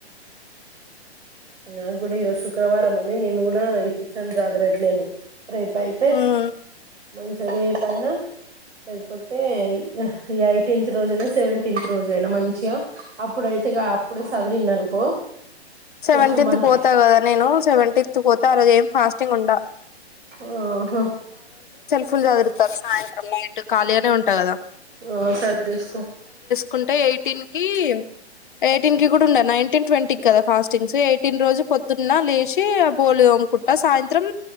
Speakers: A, on the right; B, on the left.
A: నాకు కూడా ఈరోజు శుక్రవారం అని నేను కూడా ఈ కిచెన్ చదరట్లేదు రేప అయితే
B: మ్మ్
A: మంచిగా రేపయినా లేకపోతే ఈ యాయిటీన్త్ రోజైనా సెవెంటీన్త్ రోజయినా మంచిగా అప్పుడైతే అప్పుడే సాదిరిన్ అనుకో
B: సెవెంటీన్త్
A: కొంచెం మంచి
B: పోతా కదా నేను సెవెంటీన్త్ పోతే ఆ రోజ ఏం ఫాస్టింగ్ ఉండ
A: ఆహా
B: ఫుల్ చదురుతారు సాయంత్రం నైట్ ఖాలీగానే ఉంట కదా
A: ఆ సద్రేస్కో
B: కుంటే ఎయిటీన్ కి ఎయిటీన్ కి కూడా ఉండాలి నైన్టీన్ ట్వంటీ కి కదా ఫాస్టింగ్స్ ఎయిట్ పుట్టిన రోజు పొద్దున్న లేషి బోలు తోముకుంట సాయంత్రం